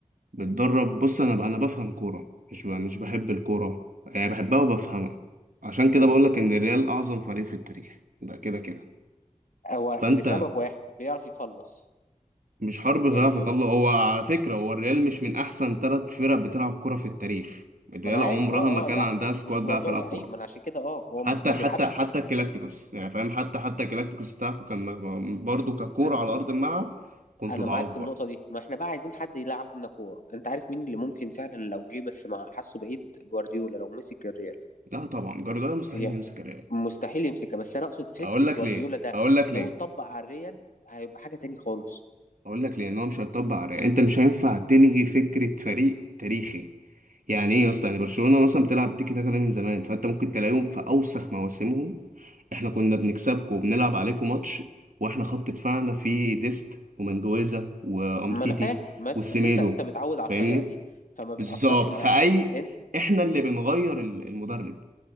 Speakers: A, on the right; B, on the left.
A: بتدرب بص انا انا بفهم كوره مش ب- مش بحب الكوره يعني بحبها وبفهمها عشان
B: مم.
A: كده بقولك ان الريال اعظم فريق في التاريخ ده كده كده
B: هو
A: فانت
B: لسبب واحد بيعرف يخلص
A: مش حرب
B: يعني
A: غاف
B: بي...
A: يخلص هو على فكره هو الريال مش من احسن ثلاث فرق بتلعب كوره في التاريخ الريال
B: ما انا عارف
A: عمرها
B: اه
A: ما كان
B: اه لا
A: عندها سكواد
B: مش موضوع
A: بقى تلعب
B: لعيب
A: كوره
B: ما انا عشان كده اه هو
A: حتى
B: م- ما
A: حتى
B: بيلعبش
A: حتى الكلاكتيكوس يعني فاهم حتى حتى الكلاكتيكوس بتاعكم كان مج- برضه ككوره
B: انا
A: على ارض الملعب كنتوا
B: انا
A: ضعاف
B: معاك في النقطه
A: برضه
B: دي ما احنا بقى عايزين حد يلعبنا كوره انت عارف مين اللي ممكن فعلا لو جه بس ما حاسه بعيد جوارديولا لو مسك الريال
A: لا طبعا جوارديولا مستحيل
B: هي
A: يمسك الريال
B: مستحيل يمسكها بس انا اقصد فكر
A: اقول لك
B: جوارديولا
A: ليه
B: ده
A: اقول لك
B: لو
A: ليه
B: اتطبق على الريال هيبقى حاجه تاني خالص
A: اقول لك لان هو مش هيطبق على انت مش هينفع تلغي فكره فريق تاريخي يعني ايه يا اسطى يعني برشلونه مثلا بتلعب التيكي تاكا ده من زمان فانت ممكن تلاقيهم في اوسخ مواسمهم احنا كنا بنكسبكم وبنلعب عليكم ماتش واحنا خط دفاعنا فيه ديست ومنجويزا وامتيتي
B: ما انا فاهم بس
A: والسيميدو
B: بس انت انت متعود على
A: فاهمني
B: الطريقه دي فما بتاثرش
A: بالظبط
B: معاك
A: فاي
B: انت
A: احنا اللي بنغير ال- المدرب